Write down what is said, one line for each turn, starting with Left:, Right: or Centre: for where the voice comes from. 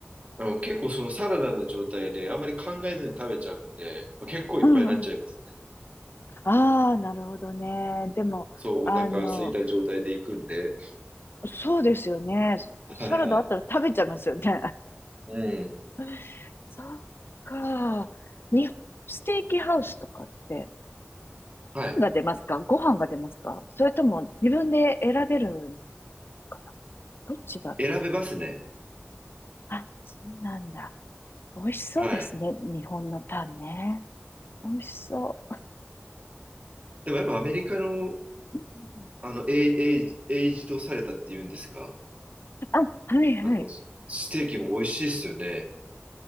Right: あの結構そのサラダの状態であんまり考えずに食べちゃうんで、まあ、結構いっぱいになっちゃいますね。
Left: うんうん。ああ、なるほどね。でも、
Right: そう、
Left: あの、
Right: お腹空いた状態で行くんで。
Left: そうですよね。
Right: はいはい。
Left: サラダあったら食べちゃいますよね。
Right: うん。
Left: <laughs> そっか。日本ステーキハウスとかって、
Right: はい。
Left: パンが出ますかご飯が出ますかそれとも自分で選べるのかなどっちだろう
Right: 選べますね。
Left: あ、そうなんだ。美味しそうですね。
Right: はい。
Left: 日本のパンね。美味しそ
Right: でもやっぱアメリカの、
Left: う。
Right: あの、エイ、エイエイジドされたっていうんですか。
Left: あ、はいはい。
Right: あの、ステーキも美味しいですよね。